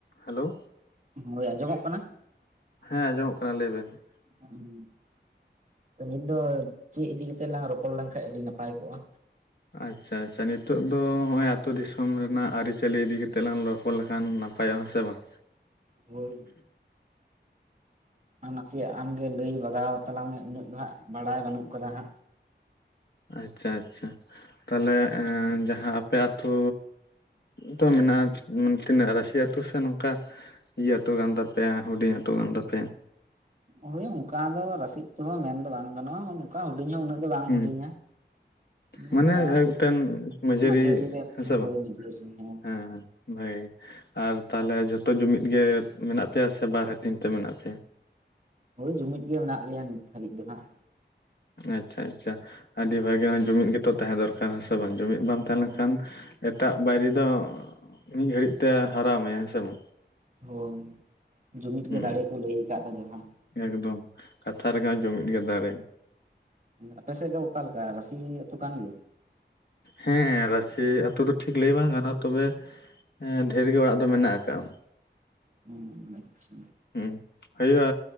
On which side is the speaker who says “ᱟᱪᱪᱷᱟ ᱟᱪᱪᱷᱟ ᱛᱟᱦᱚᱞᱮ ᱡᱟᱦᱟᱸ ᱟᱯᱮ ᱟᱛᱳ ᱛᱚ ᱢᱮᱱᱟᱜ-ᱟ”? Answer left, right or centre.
Left